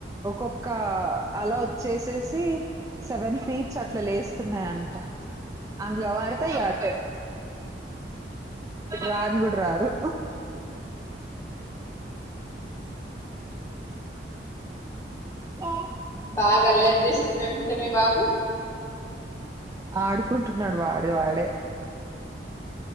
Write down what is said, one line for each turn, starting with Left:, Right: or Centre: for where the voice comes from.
Right: ఒకొక్క అలా వచ్చేసేసి సెవెన్ ఫీట్స్ అట్ల లేస్తున్నాయంట అందులో పడు తే
Left: అయ్యో
Right: ఆ అట రాని కూడా రారు ఆ
Left: బాగా అల్లరి జేస్తున్నారు అనుకుంట మీ బాబు
Right: ఆడుకుంటున్నాడు వాడే వాడే